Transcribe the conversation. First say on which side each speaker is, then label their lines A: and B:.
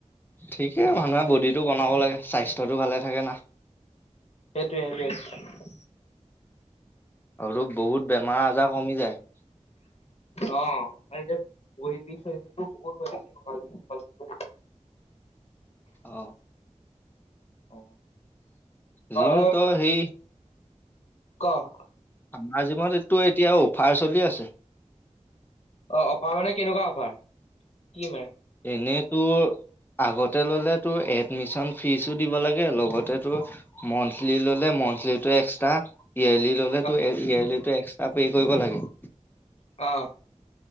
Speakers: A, on the left; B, on the left.
A: ঠিকেই মানুহে বডিটো বনাব লাগে, স্বাস্থ্যটো ভালে থাকে না।
B: সেইটোৱে সেইটোৱে।
A: আৰু বহুত বেমাৰ আজাৰ কমি যায়।
B: অ আৰু এতিয়া বহিব চহবিটো বহুত হৈছিল কালালো উ <inaudible>
A: আহ।
B: অ।
A: জিম
B: অ
A: ত সেই
B: ক?
A: আমাৰ জিমত এইটো এতিয়া অফাৰ চলি আছে।
B: অ অফাৰ মানে কেনেকুৱা অফাৰ, কি মানে?
A: এনেই তোৰ আগতে ললে তোৰ এডমিশন ফিজো দিব লাগে, লগতে তোৰ মন্থলি ললে মন্থলিটো এক্সট্ৰা, ইয়েৰলি ললেটো
B: অ
A: ইয়েৰটো এক্সট্ৰা পে কৰিব লাগে।
B: অ।